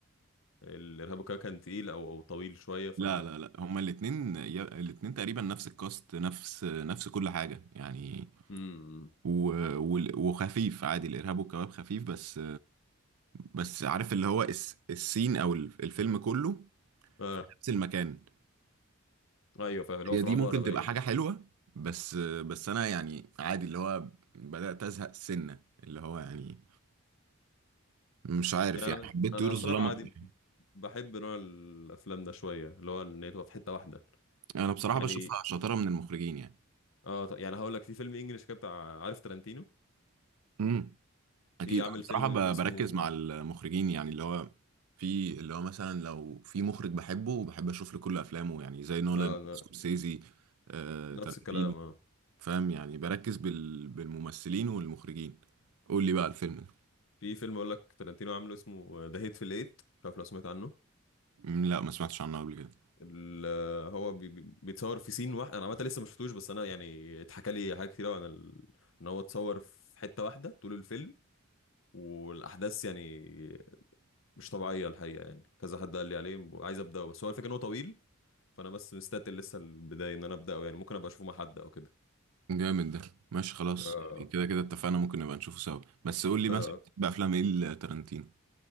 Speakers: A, on the left (about 60°); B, on the right (about 85°).
A: الارهاب وكباب كان تقيل او او طويل شويه ف
B: لا لا لا هما الاتنين يا- الاتنين تقريبا نفس الكاست نفس نفس كل حاجة يعني
A: امم
B: و... وال- وخفيف عادي الإرهاب والكباب خفيف بس بس عارف اللي هو الس... السين أو الف- الفيلم كله
A: اه
B: في نفس المكان
A: ايوه فاهم اللي هو
B: هي
A: في
B: دي
A: العماره
B: ممكن
A: باين
B: تبقى حاجة حلوة بس بس أنا يعني عادي اللي هو بدأت أزهق سنة اللي هو يعني مش عارف
A: يعني
B: يعني
A: انا
B: حبيت
A: أنا
B: طيور الظلام
A: صراحه عادي
B: أكتر.
A: بحب نوع الافلام ده شويه اللي هو ان هي تبقى في حته واحده
B: أنا بصراحة
A: يعني
B: بشوفها شطارة من المخرجين يعني
A: اه ط- يعني هقول لك في فيلم انجليش كده بتاع عارف تارانتينو
B: امم اكيد
A: في عامل
B: انا بصراحه
A: فيلم
B: ب-
A: اسمه
B: بركز مع المخرجين يعني اللي هو في اللي هو مثلا لو في مخرج بحبه وبحب اشوف له كل افلامه يعني زي نولان
A: اه ن-
B: سكورسيزي آه،
A: نفس
B: تارانتينو
A: الكلام اه
B: فاهم يعني بركز بال... بالممثلين والمخرجين قول لي بقى الفيلم ده
A: في فيلم اقول لك تارانتينو عامله اسمه ذا هيت في الايت مش عارف لو سمعت عنه
B: مم، لا ما سمعتش عنه قبل كده
A: ال- هو بي بي- بيتصور في سين واحد انا عامه لسه ما شفتوش بس انا يعني اتحكى لي حاجات كتير قوي عن ال... ان هو اتصور في حته واحده طول الفيلم والاحداث يعني مش طبيعيه الحقيقه يعني كذا حد قال لي عليه عايز ابداه بس هو الفكره ان هو طويل فانا بس مستتقل لسه البدايه ان انا ابداه يعني ممكن ابقى اشوفه مع حد او كده
B: جامد ده ماشي خلاص
A: آه،
B: يعني كده كده اتفقنا ممكن نبقى نشوفه سوا بس قول لي
A: لا
B: مثلا بتحب افلام ايه لتارانتينو